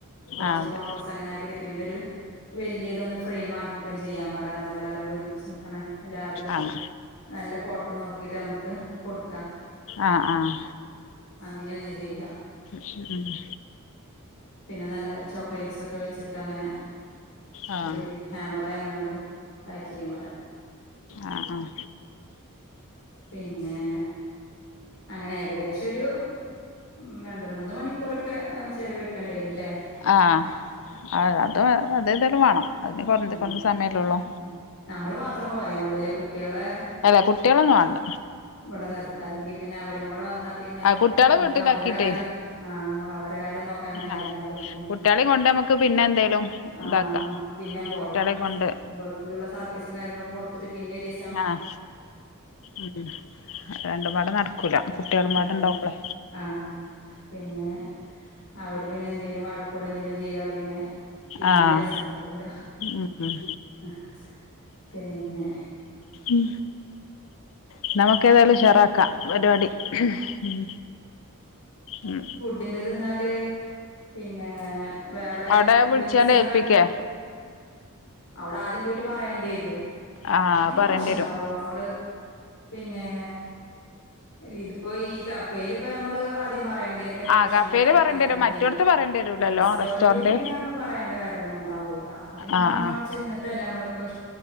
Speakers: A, on the left; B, on the left.
A: കൊർച്ച്
B: ആഹ്
A: ഫോ
B: അതെ
A: ഫോട്ടോസങ്ങനെ ആക്കിട്ട് പിന്നൊരു വെല്ല്യതൊന്ന് ഫ്രെയ്മാക്കീ ട്ടും ചെയ്യാൻ പറയാ നമ്മളെല്ലാരും കൂടെ ഒരുമിച്ച് നിക്ക്ണെ എല്ലാര്തും
B: ആഹ്
A: നല്ല ഫോട്ടം നോക്കീട്ട് നമക്ക് കൊടുക്കാം.
B: ആഹ് ആഹ്
A: അങ്ങനെയൊന്ന് ചെയ്യാ
B: ഹ്മ്മ്
A: പിന്നെ നല്ല ചോക്ലേറ്റ്സൊക്കെ വെച്ച്ട്ടങ്ങനെ
B: ആഹ്
A: ഒര് ഗിഫ്റ്റ് ഹാമ്പറായിങ്ങാണ്ടും പേക്കെയ്യാൻ പറയാ
B: ആഹ് ആഹ്
A: പിന്നേ അങ്ങനെ ഏകദേശൊരു ഉം രണ്ട് മൂന്ന് മണിക്കൂറക്കെ ചെലവഴിക്കണ്ടി വരുല്ലേ
B: ആഹ് അ അതു ആഹ് അതേതായാലും വേണം അതിന് കൊറഞ്ഞ
A: ആഹ്
B: കൊറഞ്ഞ സമയല്ലേ ഒള്ളൂ
A: ആഹ് നമ്മള് മാത്രം പോയാ മതില്ലേ കുട്ടികളെ
B: അതാ കുട്ടികളൊന്നു വാണ്ട
A: ഇവട നിർ ത്താണെങ്കി അല്ലെങ്കി പിന്നെ അവരും കൂട വന്നാ പിന്നെ
B: ആഹ് കുട്ടികളെ
A: നമുക്ക്
B: വീട്ടിലാക്കിട്ടേ
A: അവര കാര്യം ആഹ് അവ അവര കാര്യം നോക്ക നേ നേരണ്ടാവര്
B: ആഹ്
A: പിന്നെ
B: കുട്ടികളെയും കൊണ്ട് നമുക്ക് പിന്നെ എന്തേലും
A: ആഹ്
B: ഇതാക്കാം
A: <unintelligible> പിന്നെ പോകാം
B: കുട്ടികളെ കൊണ്ട്
A: ഇബൾക്ക്ള്ള സർപ്രൈസും കാര്യങ്ങളൊക്കെ കൊടുത്തിട്ട് പിന്നൊരീസം
B: ആഹ് ഉം രണ്ടും പാടെ നടക്കൂല കുട്ടികളും പാടെണ്ടാവുമ്പളെ
A: അതെ ആഹ് പിന്നെ അവര് പിന്നെ എന്തേലും വഴക്കു ക്കൂടെന്തേലും ചെയ്താ പിന്നെ ഇതിന്
B: ആഹ്
A: രസണ്ടാവൂല
B: ഉം
A: അഹ് പിന്നെ
B: ഉം ഇന്നാ വെക്ക് ക്കേതായാലും ഉഷാറാക്കാം പരിപാടി ഉം ഉം
A: അതിന്റത് ന്നാല് പിന്നെ വേറെ
B: അവിടെ വിളിച്ചാണ്ട്
A: ഡ്രിങ്ക്സോ
B: ഏൽപ്പിക്കേ
A: കാര്യങ്ങളോ അവ്ടാദ്യം പോയിട്ട് പറയണ്ടേരോ
B: ആഹ്
A: അയിന്റാവശ്യണ്ടാവോ
B: പറയേണ്ടി വരും
A: അമ്മള് പിന്നെ ഇതിപ്പോ ഈ കഫേലിപ്പോ ഞമ്മള് ആദ്യം പറയണ്ടേ ഡെക്കറേഷ്നും
B: ആഹ് കഫേല്
A: കാര്യങ്ങളൊക്കെ
B: പറയേണ്ടി
A: എന്തായാലും
B: വരും മറ്റോടത്ത്
A: ചെയ്യണ്ടേ
B: പറയേണ്ടി വരൂലല്ലോ
A: റെസ്റ്റോറന്റില്
B: റെസ്റ്റോറന്റ്
A: പിന്നാ പറയേണ്ട കാര്യോന്നും ഉണ്ടാവൂല്ല അത് പിന്നെ
B: ആഹ്
A: അമ്മളവിടെ
B: ആഹ്
A: ചെന്ന്ട്ടല്ലെ നമ്മളൊക്ക ഇഷ്